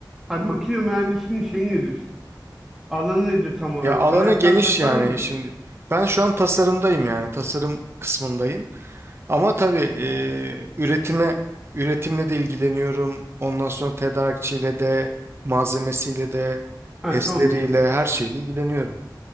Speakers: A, in the centre; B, on the right.
A: Hayır, makine mühendisinin şeyi nedir? Alanı nedir tam olarak?
B: Ya alanı
A: Sadece
B: geniş
A: sen tasarım
B: yani
A: mı?
B: şimdi. Ben şu an tasarımdayım yani tasarım kısmındayım. Ama tabii e, üretime üretimle de ilgileniyorum. Ondan sonra tedarikçiyle de malzemesiyle de
A: Ha
B: testleriyle
A: tamam işte o-
B: her şeyle ilgileniyorum.